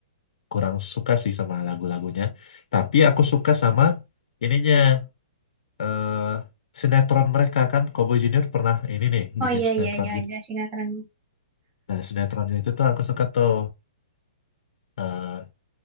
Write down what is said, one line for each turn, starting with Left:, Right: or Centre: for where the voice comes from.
Left: kurang suka sih sama lagu-lagunya. Tapi aku suka sama ininya eh sinetron mereka kan Cowboy Junior pernah ini nih
Right: Oh
Left: bikin
Right: iya
Left: sinetron
Right: iya iya
Left: gitu.
Right: ada sinetron.
Left: Nah, sinetronnya itu tuh aku suka tuh. Eh,